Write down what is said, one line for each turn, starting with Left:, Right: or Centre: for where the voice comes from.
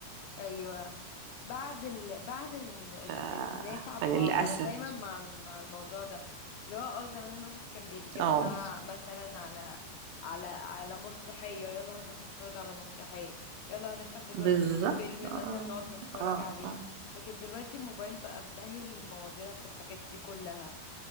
Left: ايوه بعد ال... بعد ال... ال...
Right: ف...
Left: الناس عن
Right: فللأسف
Left: بعض انا دايما مع ال- مع الموضوع ده اللي هو اه زمان الواحد كان بيتجمع
Right: اه
Left: مثلا على على على مسرحية يلا هنروح نتفرج على مسرحية يلا هنفتح دلوقتي
Right: بالظبط
Left: في فيلم
Right: اه
Left: مثلا نقعد نتفرج
Right: اه
Left: عليه
Right: اه
Left: لكن دلوقتي الموبايل بقى مسهل المواضيع في الحاجات دي كلها